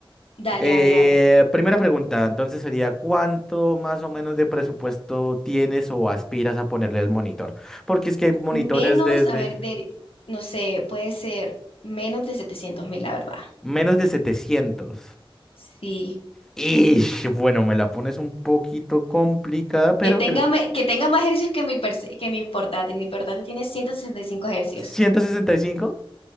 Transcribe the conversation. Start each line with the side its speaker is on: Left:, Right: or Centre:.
Left: Dale,
Centre: Eh,
Left: dale, dale.
Centre: primera pregunta, entonces sería, ¿cuánto más o menos de presupuesto tienes o aspiras a ponerle al monitor? Porque es que hay monitores
Left: Menos,
Centre: desde
Left: a ver, de, no sé, puede ser menos de setecientos mil, la verdad.
Centre: Menos de 700.
Left: Sí.
Centre: Ish, bueno, me la pones un poquito complicada, pero
Left: Que tenga,
Centre: creo.
Left: me- que tenga más ejercicios que mi, perse- que mi portátil. Mi portátil tiene 165 ejercicios,
Centre: ¿165?